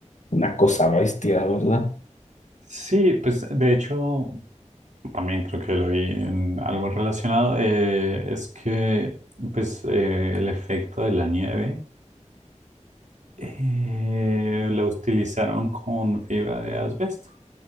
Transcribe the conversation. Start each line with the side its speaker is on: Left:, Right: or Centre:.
Left: Una cosa bestia, la verdad.
Right: Sí, pues de hecho también creo que lo vi en algo relacionado, eh, es que pues eh, el efecto de la nieve eh, la utilizaron con fibra de asbesto